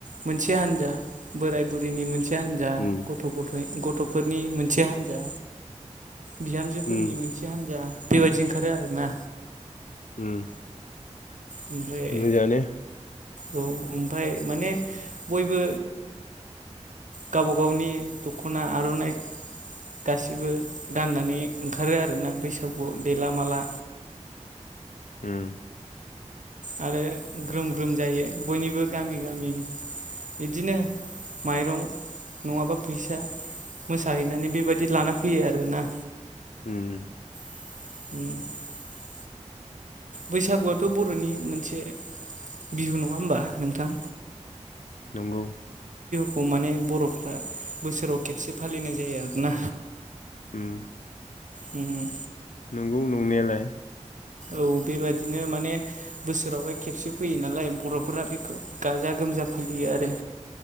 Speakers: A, on the right; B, on the left.
A: मोनसे हान्जा बोराय बुरैनि मोनसे। से हानजा
B: उम
A: गथ गथाय गथ फोरनि मोनसे हान्जा। बिहामजोफोरनि
B: उम
A: मोनसे हान्जा बेबायदि ओंखारो आरोना
B: होम
A: ओमफ्राय
B: मोजाङानो
A: औ ओमफाय माने बयबो गावबा गावनि दख'ना आर'नाइ गासिबो गाननानै ओंखारो आरोना बैसागु देला माला
B: होम
A: आरो ग्रोम ग्रोम जायो बयनिबो गामि गामि बिदिनो माइरं नङाबा फैसा मोसाहैनानै बेबायाददि लाना फैयो आरोना।
B: ओम
A: <inaudible> बैसागुआथ' बर'नि मोनसे बिहु नङा होमबा नोंथां।
B: नंगौ
A: खौ माने बर'फ्रा बोसोराव खेबसे फालिनाय जायो आरोना।
B: ओम।
A: होम
B: नंगौ नंनायालाय।
A: औ बेबादिनो माने बोसोरावहाय खेबसे फैयो नालाय बर'फोरा बेखौ गाजा गोमजा फालियो आरो